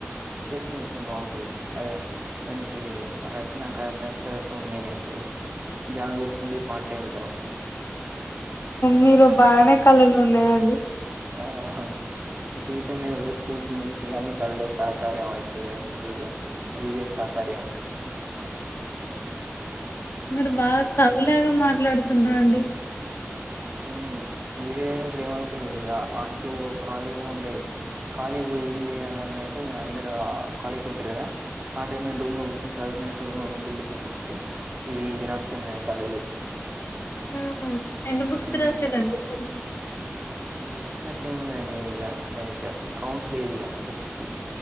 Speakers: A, on the right (about 30°); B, on the left (about 55°).
A: చేసుకొని చేసుకొని బాగుంటది అద్యా దానికి రచనా క దర్శత్వం నేనే అండి జాబ్ చేసుకుంటే పా టైమ్ జ
B: మీరు బాగనే కళలు ఉన్నాయండి
A: ఆహ జీవితం మీద విరక్తి అన్ని కళ్లే సహకార్య అవుతుంది అంటు అది ఇదే సాకర్యం
B: మీరు బాగా కవిలాగా మాట్లాడుతున్నరు అండి
A: ఉమ్ వీడియో తీయకముందు ఏం అనకుండే హాస్టల్ పో కాలీ గా ఉండే కాలేజ్పోయి ఏం చేయాలన్నట్టు టె అందరు ఆ కాలేజీ కి వెళ్తారు కాద ఆ టైం లో రూమ్ లో కుసోనీ బిల్డప్ చపించి ఇది ఇవి రాస్తుండేనే కథలు
B: ఆహ ఎన్ని బుక్స్
A: ఉమ్
B: రాసారండి ఇప్పటికి
A: బుక్స్ అట్లే ఏముడదండి ఇక దానికి కౌంట్ లేదు ఇక బుక్స్ కి